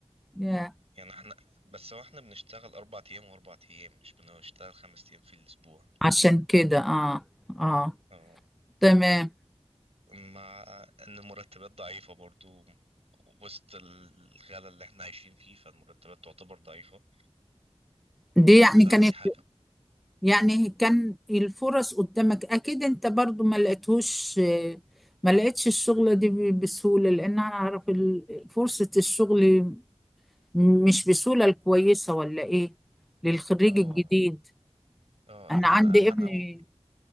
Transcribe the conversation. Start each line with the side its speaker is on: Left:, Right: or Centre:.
Centre: يا،
Right: يعني احنا بس هو احنا بنشتغل أربع أيام وأربع أيام مش بنشتغل خمس أيام في الأسبوع
Centre: عشان كده اه اه
Right: آه.
Centre: تمام
Right: مع ان المرتبات ضعيفة برضو وسط الغلا اللي احنا عايشين فيه فالمرتبات تعتبر ضعيفة
Centre: دي يعني
Right: فدي
Centre: كانت
Right: حاجة
Centre: يعني كان الفرص قدامك اكيد انت برضو ما لقيتهوش ما لقيتش الشغلة دي ب- بسهولة لان انا اعرف ال- فرصة الشغل مش بسهولة الكويسة ولا ايه للخريج
Right: اه
Centre: الجديد
Right: اه
Centre: انا
Right: يعني
Centre: عندي
Right: انا انا
Centre: ابني
Right: اول